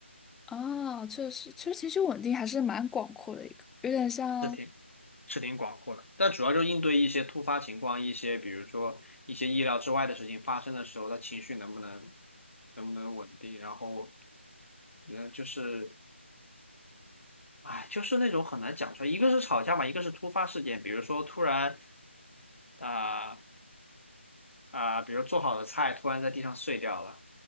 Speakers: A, in the centre; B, on the left.
A: 啊，确实，其实情绪稳定还是蛮广阔的一个，有点像
B: 是挺是挺广阔的，但主要就应对一些突发情况，一些比如说一些意料之外的事情发生的时候，他情绪能不能能不能稳定，然后，嗯，就是，哎，就是那种很难讲出来，一个是吵架嘛，一个是突发事件，比如说突然啊啊、比如做好的菜突然在地上碎掉了，